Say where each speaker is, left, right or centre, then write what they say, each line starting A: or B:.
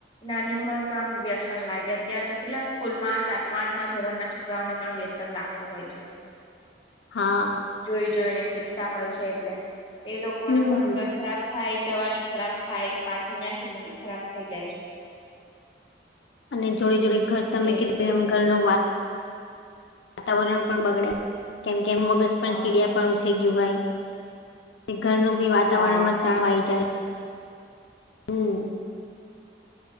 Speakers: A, on the left; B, on the left.
A: ના ન્યુ મનમાં વ્યસન લાગે અત્ય્યારે તો કેટલા સ્કૂલ માં સાતમા આઠમા ધોરણ ના છોકરાઓને પણ, ન લાગતું હોય છે
B: હા.
A: જોઈ જોઈને શીખતા હોય છે એટલે એ લોકોનું
B: હમ
A: ભણ ખરાબ થાય જવાની ખરાબ થાય પાછળ ની આખી જિંદગી ખરાબ થઈ જાય છે.
B: અને જોડે જોડે ઘર તમે
A: એવું
B: કીધું
A: થઈ
B: એમ
A: જાય
B: ઘર
A: છે
B: ન વા વાતાવરણ પણ બગડે કેમ કેમ મગજ પણ
A: હા
B: ચીડિયાપણું થઈ ગયું હોય, ઘરનું બી વાતાવરણમાં
A: હા
B: જ તણવાઈ જાય હમ